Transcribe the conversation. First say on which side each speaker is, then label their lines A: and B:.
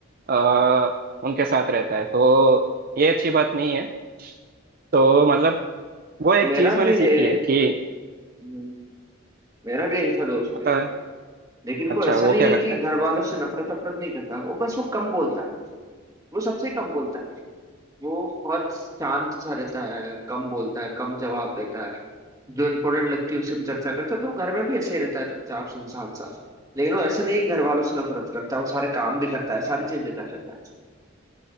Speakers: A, on the right (about 45°); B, on the right (about 15°).
A: आ, उनके साथ रहता है तो ये अच्छी बात नहीं है तो मतलब वो एक
B: मेरा
A: चीज मैंने
B: भी
A: सीखी
B: है
A: है कि
B: हम्म, मेरा भी एक ऐसा दोस्त
A: पता
B: है लेकिन
A: अच्छा
B: वो ऐसा
A: वो
B: नहीं
A: क्या
B: है
A: करता
B: कि
A: है
B: घर वालों से नफरत अफरत नहीं करता वो बस वो कम बोलता है वो सबसे कम बोलता है वो बहुत शांत सा रहता है कम बोलता है कम जवाब देता है जो इम्पोर्टेंट लगती है उसी पे चर्चा करता है तो वो घर में भी ऐसे ही रहता है चुपचाप सुनसान सा लेकिन वो ऐसा नहीं है कि घर वालों से नफरत करता है वो सारे काम भी करता है सारी चीजें कर लेता है